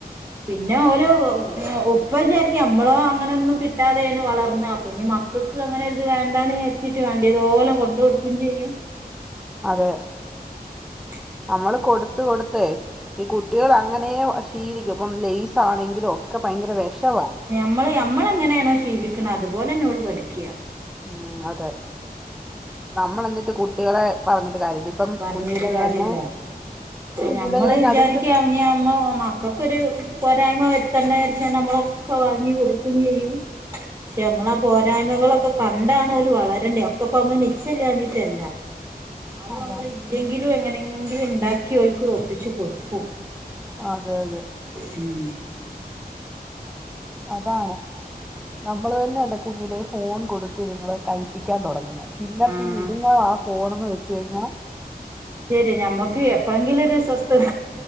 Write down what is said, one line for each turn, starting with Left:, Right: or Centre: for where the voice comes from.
Right: പിന്നെ ഓരോ ങ്ങ്‌ ഉപ്പ വിചാരിക്കും അമ്മളോ അങ്ങനൊന്നും കിട്ടാതെയാണ് വളർന്നെ അപ്പൊ ഇനി മക്ക ക്ക് അങ്ങനെ ഇത് വേണ്ടന്ന് വിചാച്ചിട്ട് വേണ്ടേത് ഓല കൊണ്ട് കൊടുക്കും ചെയ്യും
Centre: അതെ
Right: <unintelligible>
Centre: നമ്മള് കൊടുത്ത് കൊടുത്തെ ഈ
Right: ഉം
Centre: കുട്ടിയോള് അങ്ങനെ വ ശീലി യൊപ്പം ലേസ് ആണെങ്കിലു ഒക്കെ ഭയങ്കര വിഷവാ
Right: മ്മള് യമ്മള് എങ്ങനെയാണോ ശീലിക്കണെ അതുപോലന്നെ ഓൾ പഠിക്കിയ
Centre: ഉം അതെ നമ്മളെന്നിട്ട് കുട്ടികളെ പറഞ്ഞിട്ട് കാര്യമില്ല ഇപ്പം
Right: പറഞ്ഞിട്ട്
Centre: കുഞ്ഞിലെ
Right: കാര്യല്ല
Centre: തന്നെ കുഞ്ഞിലെ
Right: ഞമ്മള്
Centre: തന്നെ
Right: വിചാരിക്ക
Centre: അതുങ്ങൾക്ക്
Right: ഇനി അമ്മ മക് ക്കൊക്കൊരു പോരായ്മ വരുത്തണ്ടാരിച്ച് നമ്മളൊക്കെ വാങ്ങി കൊടുക്കും ചെയ്യും ക്ഷെ നമ്മളാ പോരായ്മകളൊക്കെ കണ്ടാണോല് വളരണ്ടെ അക്കപ്പ ഞമ്മക്ക് നിശ്ചയ ഇല്ലാഞ്ഞിട്ടല്ല ന്നാലും
Centre: അതെ
Right: ഇല്ലെങ്കിലു എങ്ങനെങ്കിലും ഇണ്ടാക്കി ഓൽക്ക് ഒപ്പിച്ച് കൊടുക്കും
Centre: അതെ അതെ
Right: ഉം
Centre: അതാണ്
Right: ഉം
Centre: നമ്മള് തന്നെ അല്ലെ കുഞ്ഞിലെ ഫോൺ കൊടുത്ത് ഇതിങ്ങളെ കഴിപ്പിക്കാൻ തൊടങ്ങുന്നെ പിന്ന
Right: ആഹ്
Centre: പിന്നെ ഇതുങ്ങളാ ആ ഫോണൊന്ന് വെച്ച് കയിഞ്ഞാ
Right: അയ് ശെരിയാ ഞമ്മക്ക് എപ്പളെങ്കിലും ഒരു സ്വസ്ഥത